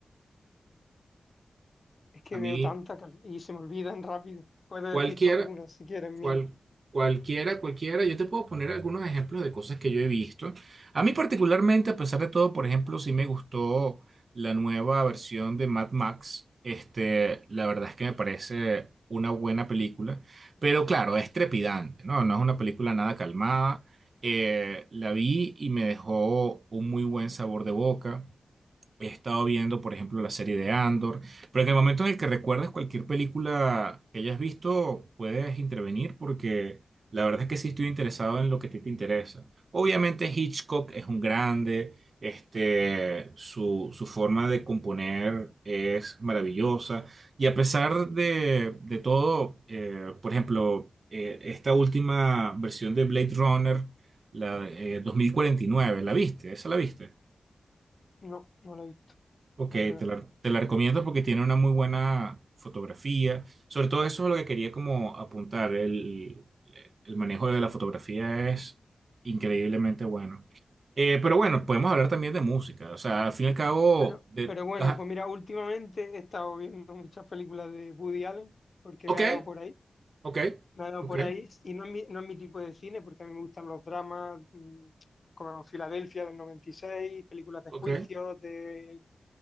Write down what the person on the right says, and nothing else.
A mí,
cualquier
Cual- cualquiera, cualquiera. Yo te puedo poner algunos ejemplos de cosas que yo he visto. A mí particularmente, a pesar de todo, por ejemplo, sí me gustó la nueva versión de Mad Max. Este, la verdad es que me parece una buena película, pero claro, es trepidante, ¿no? No es una película nada calmada. Eh, la vi y me dejó un muy buen sabor de boca. He estado viendo, por ejemplo, la serie de Andor, pero en el momento en el que recuerdes cualquier película que hayas visto, puedes intervenir porque la verdad es que sí estoy interesado en lo que a ti te interesa. Obviamente Hitchcock es un grande, este, su, su forma de componer es maravillosa y a pesar de, de todo, eh, por ejemplo, eh, esta última versión de Blade Runner, la eh, 2049, ¿la viste? ¿Esa la viste?
Ok,
te la, te la recomiendo porque tiene una muy buena fotografía. Sobre todo eso es lo que quería como apuntar. El, el manejo de la fotografía es increíblemente bueno. Eh, pero bueno, podemos hablar también de música. O sea, al fin y al cabo,
de,
ajá,
ok,
ok,
ok,
ok,